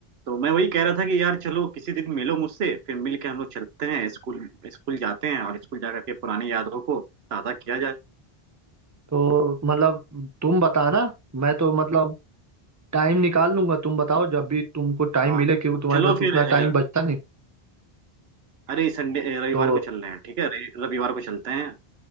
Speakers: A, on the right; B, on the right.
A: तो मैं वही कह रहा था कि यार चलो किसी दिन मिलो मुझसे फिर मिल के हम लोग चलते हैं स्कूल स्कूल जाते हैं और स्कूल जाकर के पुरानी यादों को ताज़ा किया जाए
B: तो मतलब तुम बताना मैं तो मतलब टाइम निकाल लूंगा तुम बताओ जब भी तुमको
A: हाँ
B: टाइम मिले क्योंकि तुम्हारे
A: चलो
B: पास
A: फिर
B: उतना टाइम
A: अ,
B: बचता नहीं
A: अरे संडे अ, रविवार
B: तो
A: को चल रहे हैं ठीक है रवि- रविवार को चलते हैं